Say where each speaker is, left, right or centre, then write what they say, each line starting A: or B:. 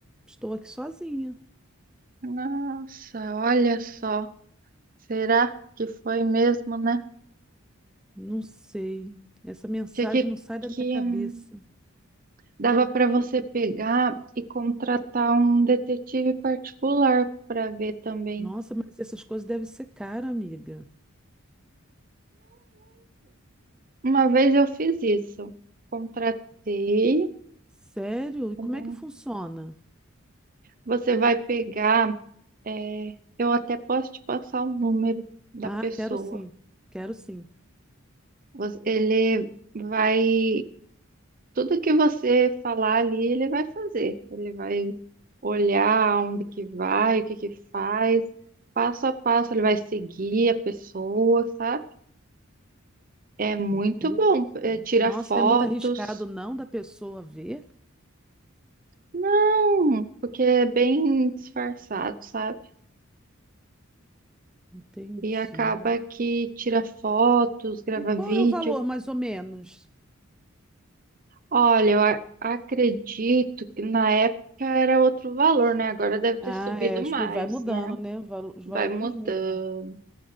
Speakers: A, in the centre; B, on the right.
A: Estou aqui sozinha.
B: Nossa, olha só. Será que foi mesmo, né?
A: Não sei. Essa mensagem
B: Tinha que,
A: não sai da
B: que
A: minha cabeça.
B: hum, dava pra você pegar e contratar um detetive particular pra ver também.
A: Nossa, mas essas coisas devem ser caras, amiga.
B: Uma vez eu fiz isso. Contratei.
A: Sério? E como
B: um-
A: é que funciona?
B: Você vai pegar. é, eu até posso te passar o número da
A: Ah,
B: pessoa.
A: quero sim. Quero sim.
B: Você- Ele vai. Tudo que você falar ali, ele vai fazer. Ele vai olhar onde que vai, o que que faz, passo a passo. Ele vai seguir a pessoa, sabe? É muito
A: Entendi.
B: bom. É, tira
A: Nossa,
B: fotos.
A: não é muito arriscado não da pessoa ver?
B: Não, porque é bem disfarçado, sabe?
A: Entendi.
B: E acaba que tira fotos, grava
A: E qual
B: vídeo.
A: é o valor, mais ou menos?
B: Olha, eu a- acredito que na época era outro valor, né? Agora deve ter
A: Ah,
B: subido
A: é, acho
B: mais,
A: que vai mudando,
B: né?
A: né? Valo- Os valores
B: Vai mudando.
A: mudam.